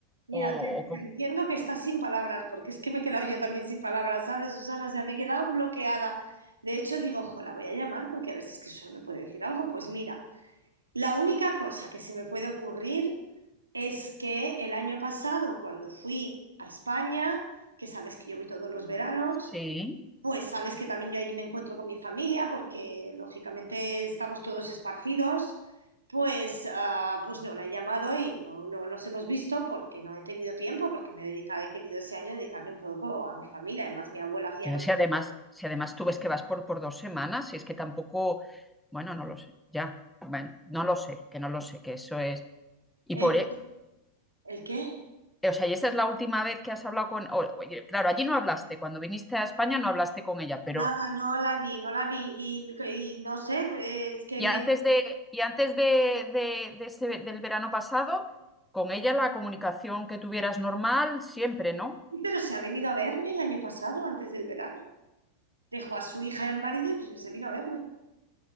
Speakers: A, on the right (about 75°); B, in the centre.
A: Mira,
B: o,
A: te,
B: o con-
A: te entiendo que estás sin palabras, porque es que me he quedado yo también sin palabras, ¿sabes, Susana? O sea, me he quedado bloqueada. De hecho, digo, ojo, la voy a llamar porque a ver si es que solo me puede decir algo. Pues mira, La única cosa que se me puede ocurrir es que el año pasado, cuando fui a España, que sabes que yo voy todos los veranos,
B: Sí.
A: pues sabes que también yo allí me encuentro con mi familia, porque lógicamente estamos todos esparcidos, pues, ah, pues no la he llamado y no, no nos hemos visto porque no he tenido tiempo, porque me he dedicado, he querido ese año dedicarme un poco a mi familia. Además, mi abuela hacía...
B: Ya,
A: no-
B: si además, si además tú ves que vas por, por dos semanas, si es que tampoco, bueno, no lo sé, ya, bueno, no lo sé, que no lo sé, que eso es. Y
A: ¿El,
B: por, e-
A: el qué?
B: o sea, y esa es la última vez que has hablado con, o- o- y claro, allí no hablaste, cuando viniste a España no hablaste con ella, pero,
A: Nada, no la vi, no la vi y, y no sé, es que
B: y
A: me...
B: antes de, y antes de, de- de ese- del verano pasado, con ella la comunicación que tuvieras normal siempre, ¿no?
A: Pero se ha venido a verme el año pasado, antes del verano. Dejó a su hija y al marido y pues se vino a verme.